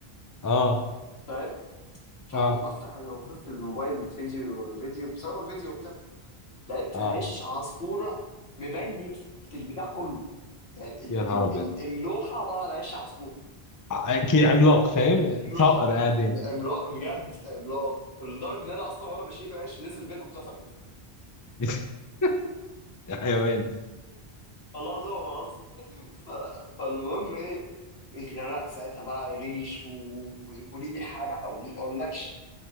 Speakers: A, on the left; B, on the left.
A: اه
B: فاهم فبفتح
A: اه
B: بشوف في الموبايل فيديو فيديو بصور فيديو وبتاع لقيت
A: اه
B: هش عصفوره مبيت في البتاع كله يعني ال
A: يا نهار
B: ال
A: ابيض
B: ال اللوحه عباره عن هش عصفوره
A: اكيد عملاق فاهم صقر
B: عملاق
A: قاعدين
B: عملاق بجد عملاق لدرجه ان انا اصلا وانا بشيل العش نزل بيتي اتكسرت
A: <laughs> حيوان
B: الله العظيم ما بهزر ف... فالمهم ايه اتغرقت ساعتها بقى ريش و... وريحه بقى وما اقولكش